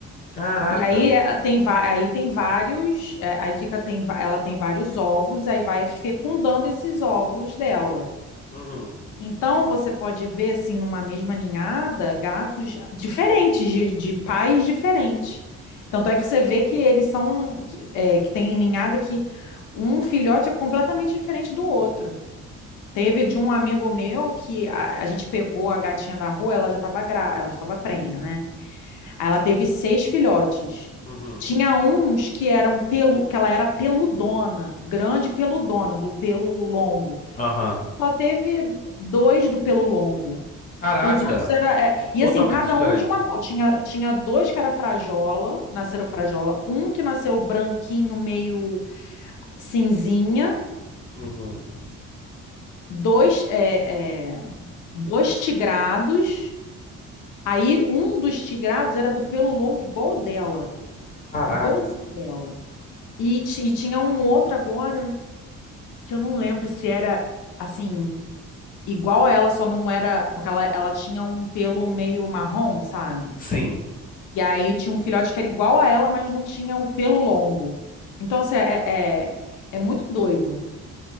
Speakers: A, on the left; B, on the left.
A: Caraca.
B: E aí é, tem, va- aí tem vários, é, aí fica, tem, va- ela tem vários óvulos, aí vai fecundando esses óvulos dela.
A: Uhum,
B: Então, você pode ver, assim, numa mesma ninhada, gatos diferentes, de, de pais diferentes. Tanto é que você vê que eles são, que, é, que tem ninhada que um filhote é completamente diferente do outro. Teve de um amigo meu que a, a gente pegou a gatinha da rua, ela já estava gra, ela já estava prenha, né? Aí ela teve seis filhotes.
A: uhum,
B: Tinha uns que eram pelu, que ela era peludona, grande peludona, do pelo longo.
A: aham.
B: Só teve dois do pelo longo.
A: Caraca,
B: Os outros era. é, e
A: totalmente
B: assim, cada
A: diferente.
B: um de uma cor. Tinha, tinha dois que era frajola, nasceram
A: Uhum,
B: frajola. Um que nasceu branquinho, meio cinzinha.
A: uhum.
B: Dois, é, é, dois tigrados. Aí um dos tigrados era do pelo longo, igual o dela.
A: Caraca.
B: Igualzinho dela. E, ti- e tinha um outro agora, que eu não lembro se era assim, igual a ela, só não era. Porque ela, ela tinha um pelo meio marrom, sabe?
A: Sim.
B: E aí tinha um filhote que era igual a ela, mas não tinha o pelo longo. Então, assim, é, é, é muito doido.